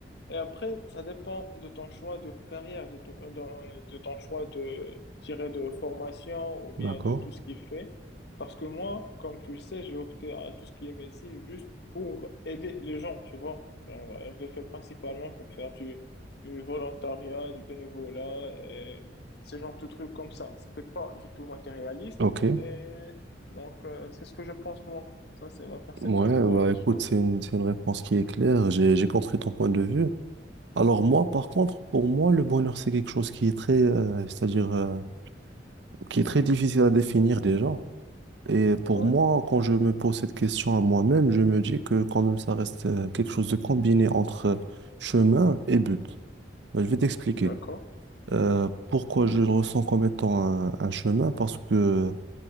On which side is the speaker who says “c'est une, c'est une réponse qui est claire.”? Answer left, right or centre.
Right